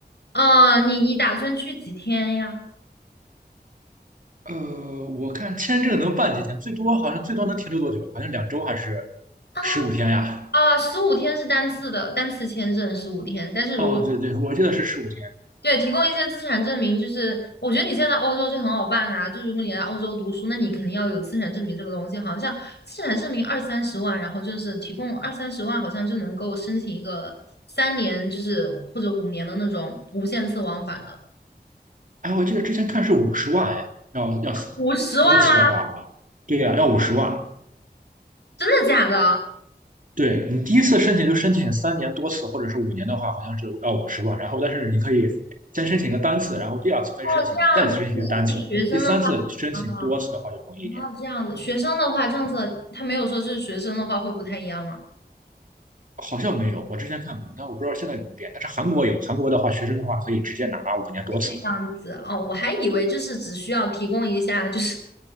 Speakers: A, on the left (about 80°); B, on the right (about 50°).
A: 啊，你你打算去几天呀？
B: 呃，我看签证能办几天，最多好像最多能停留多久？好像两周还是
A: 啊
B: 十五天呀？
A: 啊，十五天是单次的，单次签证十五天，但是如果
B: 哦，对对，我记得是十五天。
A: 对，提供一些资产证明，就是我觉得你现在欧洲就很好办啊。就如果你来欧洲读书，那你肯定要有资产证明这个东西。好像资产证明二三十万，然后就是提供二三十万，好像就能够申请一个三年，就是或者五年的那种无限次往返的。
B: 哎，我记得之前看是五十万，哎，要要是
A: 五十万吗？
B: 多次的话，对呀、要五十万。
A: 真的假的？
B: 对你第一次申请就申请三年多次，或者是五年的话，好像是要五十吧。然后，但是你可以先申请个单次，然后第二次可以申请，
A: 哦，这样子，
B: 再次申请一个单次，
A: 不是自己学生的话啊，
B: 第三次申请多次的话就容易一点。
A: 啊，这样子，学生的话政策他没有说，就是学生的话会不太一样吗？
B: 好像没有，我之前看没有，但我不知道现在有没有变。但是韩国有，韩国的话，学生的话可以直接拿五年多次，
A: 这样子哦，我还以为就是只需要提供一下，就是